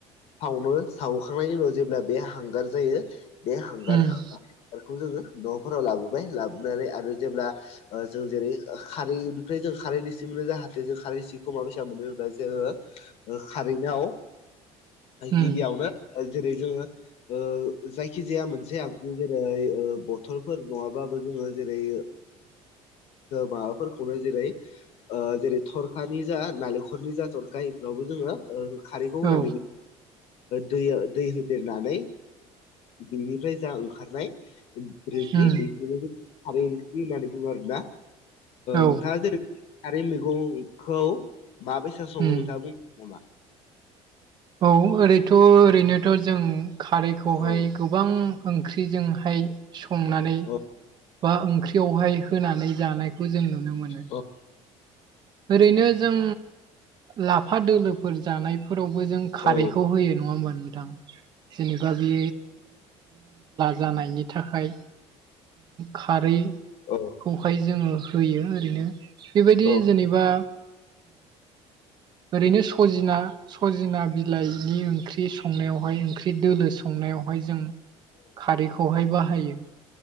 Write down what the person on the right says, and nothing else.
उम
उम
औ
उम
औ
उम
औ ओरैथ' ओरैनोथ' जों खारैखौहाय
गोबां ओंख्रिजोंहाय संनानै
बा ओंख्रियावहाय होनानै जानायखौ जों नुनो मोनो
ओरैनो जों लाफा दोलोफोर जानायफोरावबो जों ख
ह नोंथां जेबा बि जानायनि थाखाय खारैखौहाय
जोङो होयो ओरैनो बेबायदि
जब बा ओरैनो सजिना सजिना बिलाइनि ओंख्रि ओंख्रि संनायावहाय ओंख्रि दोलो संनायावहाय जों खारै खौहाय बाहायो